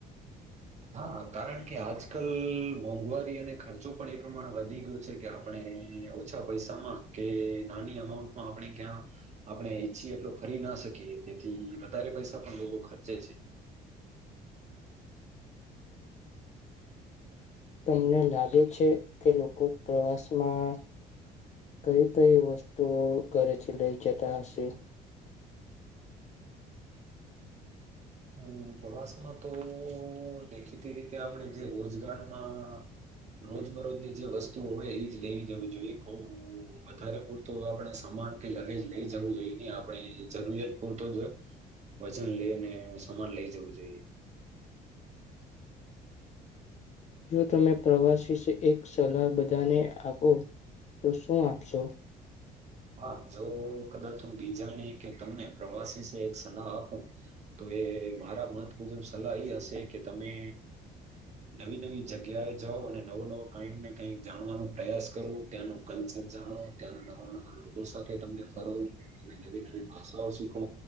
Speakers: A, on the right; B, on the left.
A: હા કારણ કે આજ કલ મોંઘવારી અને ખર્ચો પણ એ પ્રમાણે વધી ગયો છે કે આપણે ઓછા પૈસામાં કે નાની અમાઉન્ટમાં આપણે ક્યાં આપણે ઈચ્છીએ એટલોું ફરી ના શકીએ તેથી વધારે પૈસા પણ લોકો ખર્ચે છે
B: તમને લાગે છે કે લોકો પ્રવાસમાં કઈ કઈ વસ્તુઓ ઘરેથી લઈ જતા હશે
A: હમ પ્રવાસમાં તો દેખીતી રીતે આપણે જે રોજગારમાં રોજ મરોજની જે વસ્તુ હોય એજ લઈ જવી જોઈએ ક વધારે પૂરતો આપણે સમાન કે લગેજ લઈ જવું જોઈએ હી આપણે જરૂરિયાત પૂરતો જ વજન લઈને સમાન લઈ જવું જોઈએ
B: જો તમે પ્રવાસી એક સલાહ બધાને આપો તો શું આપશો
A: હા જો કદાચ હું બીજાની કે તમને પ્રવાસી એક સલાહ આપું તો એ મારા મહત્ મુજબ સલાહ એ હશે કે તમે નવી નવી જગ્યાએ જાઓ અને નવો નવો કઈકને કઈક જાણવાનો પ્રયાસ કરો ત્યાંનું કલ્ચર જાણો ત્યાંનો નવ ન લોકો સાથે તમને ફરો તમે નવી નવી ભાષાઓ શીખો